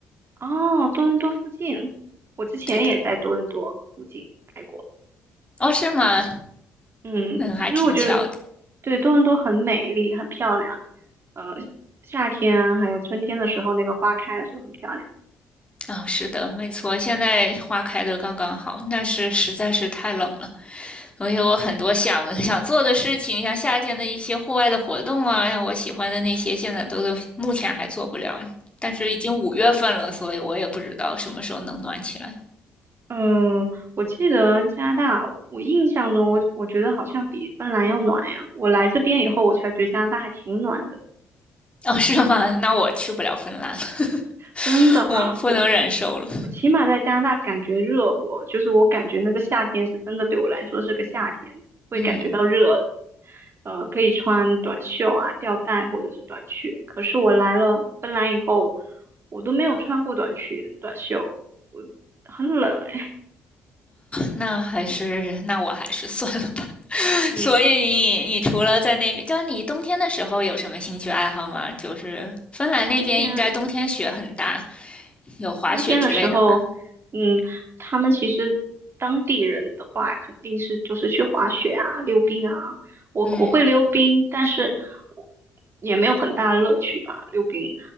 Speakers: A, on the right (about 40°); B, on the left (about 20°).
A: 哦，多伦多附近，我之前也在多伦多附近待过。
B: 对的，哦，是吗？
A: 嗯，
B: 嗯，
A: 其实我觉得
B: 还挺巧的。
A: 对多伦多很美丽，很漂亮。呃，夏天啊还有春天的时候，那个花开的时候很漂亮。
B: 啊、是的，没错，现在花开的刚刚好，但是实在是太冷了。我有我很多想想做的事情，像夏天的一些户外的活动啊，像我喜欢的那些，现在都都目前还做不了。但是已经五月份了，所以我也不知道什么时候能暖起来。
A: 嗯，我记得加拿大，我印象中我我觉得好像比芬兰要暖呀。我来这边以后，我才觉得加拿大还挺暖的。
B: 哦，是吗？那我去不了芬兰了，<laughs>
A: 真的，
B: 我不能忍受了。
A: 我我起码在加拿大感觉热过，就是我感觉那个夏天是真的对我来说是个夏天，会感觉到热，
B: 嗯，
A: 呃，可以穿短袖啊、吊带或者是短裙。可是我来了芬兰以后，我都没有穿过短裙、短袖，我很冷哎。
B: 那还是那我还是算了吧。<laughs>
A: 嗯，
B: 所以你你除了在那边，就是你冬天的时候有什么兴趣爱好吗？就是芬兰那边应该冬天雪很大，
A: 冬天
B: 有滑雪之类的吗？
A: 冬天的时候，嗯，他们其实当地人的话，肯定是就是去滑雪啊、溜冰啊。我我会溜冰，
B: 嗯，
A: 但是我也没有很大的乐趣吧。溜冰